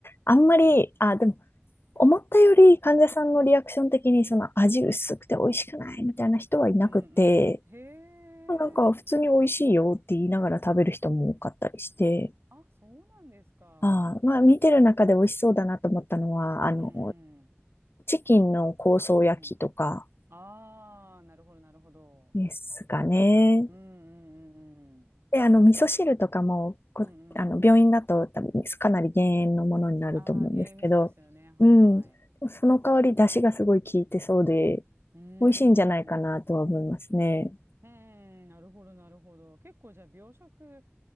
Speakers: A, on the left; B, on the right.
A: あんまり、あ、でも、思ったより患者さんのリアクション的にその味薄くて美味しくないみたいな人はいなくて、
B: うんうん。へえ。
A: まあなんか普通に美味しいよって言いながら食べる人も多かったりして、
B: あ、そうなんですか。
A: ああ、まあ見てる中で美味しそうだなと思ったのは、あの、
B: うんうん。
A: チキンの香草焼きとか
B: うん。ああ、なるほど、なるほど。
A: ですかね。
B: うんうんうんうん。
A: で、あの、味噌汁とかも、こ、
B: うんうん。
A: あの、病院だと多分かなり減塩のものになると思うんですけど、
B: ああ、原味味噌ですよね。はいはい。
A: うん、
B: う
A: その代わり出汁がすごい効いてそうで、
B: ーん。
A: 美味しいんじゃないかなとは思いますね。
B: うーん、なるほど、なるほど。結構じゃあ、病食、